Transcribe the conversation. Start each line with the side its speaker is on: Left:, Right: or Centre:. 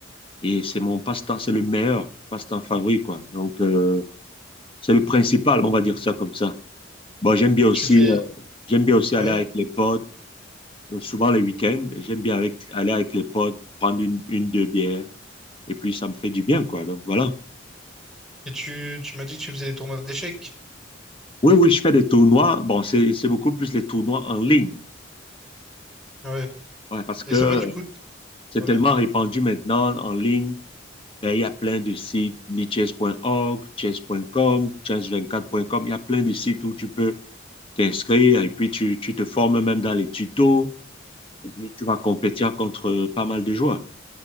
Left: et c'est mon passe-temps, c'est le meilleur passe-temps favori, quoi. Donc euh, c'est le principal, on va dire ça comme ça. Bon, j'aime bien aussi,
Centre: Tu fais...
Left: euh, j'aime bien aussi
Centre: Ouais.
Left: aller avec les potes, euh, souvent les week-ends, j'aime bien avec, aller avec les potes, prendre une, une, deux bières et puis ça me fait du bien, quoi. Donc voilà.
Centre: Et tu, tu m'as dit que tu faisais des tournois d'échecs.
Left: Oui, oui, je fais des tournois. Bon, c'est, c'est beaucoup plus les tournois en ligne.
Centre: Ouais.
Left: Ouais, parce que
Centre: Et ça
Left: euh,
Centre: va, du coup? t-
Left: c'est
Centre: Ouais.
Left: tellement répandu maintenant en ligne. Ben, il y a plein de sites, lichess.org, chess.com, chess24.com, il y a plein de sites où tu peux t'inscrire et puis tu, tu te formes même dans les tutos et puis tu vas compétir contre euh, pas mal de joueurs.